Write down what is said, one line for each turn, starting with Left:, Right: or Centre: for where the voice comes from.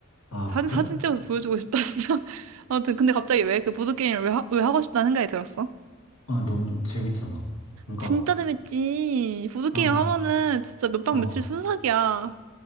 Left: 아,
Right: 사진,
Left: 그래?
Right: 사진 찍어서 보여주고 싶다, <laughs> 진짜. 아무튼, 근데 갑자기 왜 그 보드게임을 왜, 하, 왜 하고 싶다는 생각이 들었어?
Left: 아, 너무 재밌잖아. 그러니까,
Right: 진짜 재밌지. 보드게임
Left: 아, 막,
Right: 하면은 진짜 몇 박
Left: 어,
Right: 며칠 순삭이야.